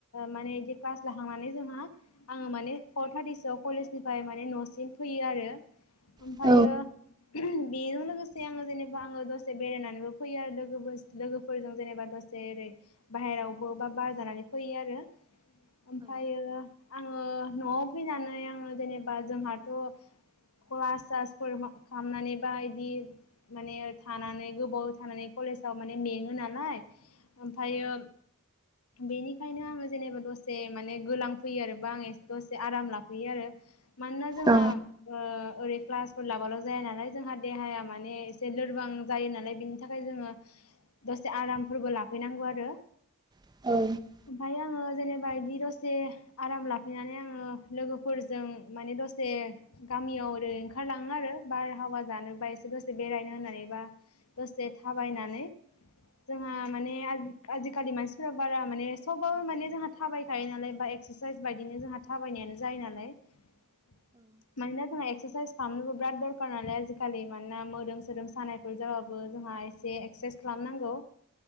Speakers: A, on the left; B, on the right.
A: माने बिदि क्लास लाखांनानै जोंहा आङो माने फर थारटि सोयाव कलेजनिफ्राय माने न'सिम फैयो आरो ओमफ्रायो
B: औ
A: बेजों लोगोसे आङो जेनेबा आङो दसे बेरायनानैबो फैयो आरो लोगोफोर लोगोफोरजों जेनेबा दसे ओरै बाहेरावबो बा बार जानानै फैयो आरो ओमफ्रायो आङो न'आव फैनानै आङो जेनेबा जोंहाथ' क्लास सासफोर खालामनानै बा इदि माने थानानै गोबाव थानानै कलेजाव माने मेङो नालाय ओमफ्रायो बेनि ओंखायनो आङो जेनेबा दसे माने गोलां फैयो आरो बा आं ए दसे आराम लाफैयो आरो मानोना जोंहा
B: औ
A: ओ ओरै क्लासफोर लाबाल' जाया नालाय जोंहा देहाया माने एसे लोरबां जायो नालाय बिनि थाखाय जोङो दसे आरामफोरबो लाफैनांगौ आरो
B: औ
A: ओमफ्राय आङो जेनेबा बा इदि दसे आराम लाफैनानै आङो लोगोफोरजों माने दसे गामियाव याव ओरै ओंखारलाङो आरो बारहावा जोनो बा एसे दसे बेरायनो होननानैबा दसे थाबायनानै जोंहा माने आजि आजिखालि मानसिफोरा बारा माने सबाबो माने जोंहा थाबायखायो नालाय बा एक्सारसाइस बायदिनो जोंहा थाबायनायानो जायो नालाय लाय मानोना जोंहा एक्सारसाइस खालामनोबो बिराद दरखार नालाय आजिखालि मानोना मोदोम सोदोम सानायफोर जाबाबो जोंहा एसे एक सारसाइस खालामनांगौ